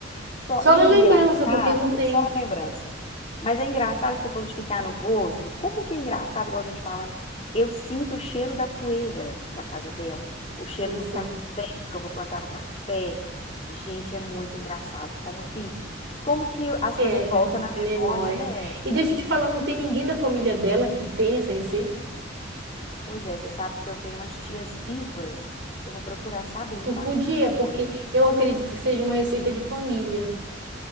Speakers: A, on the left; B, on the right.
A: Só,
B: Só
A: e
B: na lembrança,
A: engraçado,
B: porque não tem,
A: só uma lembrança. Mas é engraçado que você falou de ficar no gosto. Como que é engraçado, igual eu tô te falando, eu sinto o cheiro da poeira da casa dela, o cheiro
B: eu
A: do
B: sei.
A: café, que eu vou plantava café. Gente, é muito engraçado. Como que, como que as
B: que
A: coisas
B: É,
A: voltam
B: né?
A: na
B: A
A: memória,
B: memória.
A: né?
B: E deixa eu te falar, não tem ninguém da família dela que tem essa receita?
A: Pois é, você sabe que eu tenho umas tias vivas. Eu vou procurar saber,
B: Tu
A: tá?
B: podia, porque eu acredito que seja uma receita de família.